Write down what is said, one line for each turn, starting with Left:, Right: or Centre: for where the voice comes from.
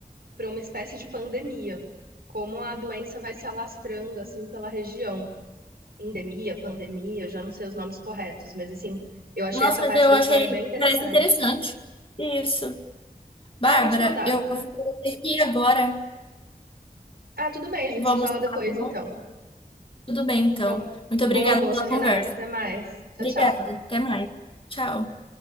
Right: para uma espécie de pandemia, como a doença vai se alastrando assim pela região. Endemia, pandemia, eu já não sei os nomes corretos, mas assim, eu achei
Left: Nossa,
Right: essa
Left: mas
Right: parte
Left: eu
Right: da
Left: achei.
Right: história bem interessante.
Left: Parece interessante. Isso. Bárbara,
Right: Ah, eu vou te mandar.
Left: eu vou ter que ir agora.
Right: Ah, tudo bem, a gente
Left: Vamos
Right: se fala depois
Left: lá, tá
Right: então.
Left: bom? Tudo bem, então.
Right: Então,
Left: Muito
Right: bom
Left: obrigada
Right: almoço,
Left: pela
Right: Renata,
Left: conversa.
Right: até mais. Tchau,
Left: Obrigada.
Right: tchau.
Left: Até mais. Tchau.